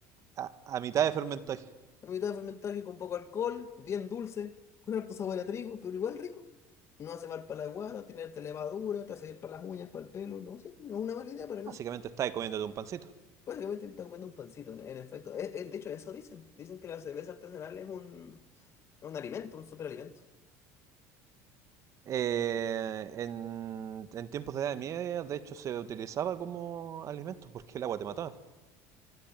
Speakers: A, on the right; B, on the left.
A: A, a mitad de fermentaje.
B: la mitad fermentada que con poco alcohol, bien dulce, con harto sabor a trigo, pero igual rico. No hace mal para la guada, tiene harta levadura, te hace bien para las uñas, para el pelo, no, sí, no es una mala idea para nada.
A: Básicamente estáis comiéndote un pancito.
B: Básicamente me está comiendo un pancito, en, en efecto. Eh, eh, de hecho, eso dicen. Dicen que la cerveza artesanal es un, un alimento, un superalimento.
A: Eh, en, en tiempos de Edad Media, de hecho, se utilizaba como alimento porque el agua te mataba.